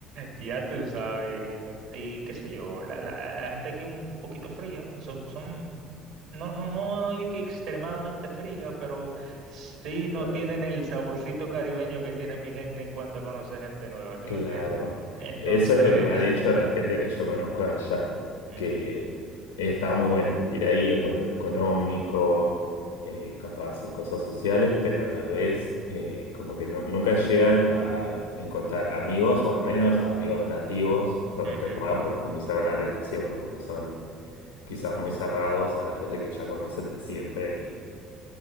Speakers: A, on the right; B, on the left.
A: Ya tú sabes, hijito. Y qué sé yo, la, la- la gente aquí un poquito fría, son, son, no, no, no hay que extremadamente fría, pero sí no
B: Claro.
A: tienen el saborcito caribeño que tiene mi gente en cuanto a conocer gente nueva, ¿tú
B: Claro,
A: me entiendes? Entonces,
B: eso es lo que me ha dicho la gente que yo conozco de allá,
A: <laughs> ujú,
B: que está muy bueno vivir ahí en cuanto a lo económico, eh, capaz cosas sociales, pero a la vez eh, como que no- nunca llegan a encontrar amigos o al menos amigos nativos con
A: ujú.
B: los que puedan profundizar una relación, como que son quizás muy cerrados a la gente que ya conocen de siempre y,